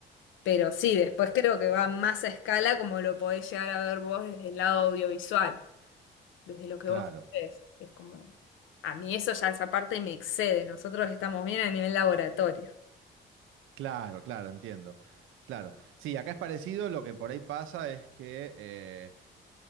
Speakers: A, on the left (about 80°); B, on the right (about 85°).
A: Pero sí, después
B: Bien.
A: creo que va más a escala como lo podés llegar a ver vos desde el lado audiovisual, desde lo que
B: claro.
A: vos haces. Es como, a mí eso ya esa parte me excede. Nosotros estamos bien a nivel laboratorio.
B: Claro, claro, entiendo. Claro. Sí, acá es parecido, lo que por ahí pasa es que